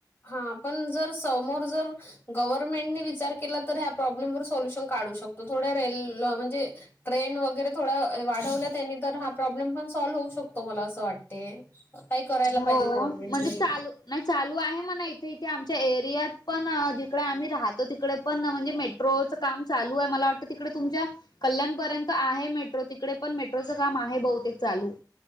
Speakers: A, on the left; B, on the left.
A: हा. पण जर समोर जर- गव्हर्नमेंटने विचार केला तर ह्या प्रॉब्लेम वर सोल्युशन काढू शकतो. थोड्या <unintelligible> म्हणजे- ट्रेन वगैरे थोड्या वाढवल्या त्यांनी तर हा प्रॉब्लेम पण सॉल्व्ह होऊ शकतो. मला असं वाटते. काय करायला
B: हो
A: पाहिजे गव्हर्नमेंटनी.
B: म्हणजे चालू नाही चालू आहे म्हणा इथे. इथे आमच्या एरियात पण जिकडे आम्ही राहतो तिकडे- पण ना म्हणजे मेट्रोचं काम चालू आहे. मला वाटतं तिकडे तुमच्या- कल्याणपर्यंत आहे मेट्रो. तिकडे पण मेट्रोचं काम आहे बहुतेक चालू.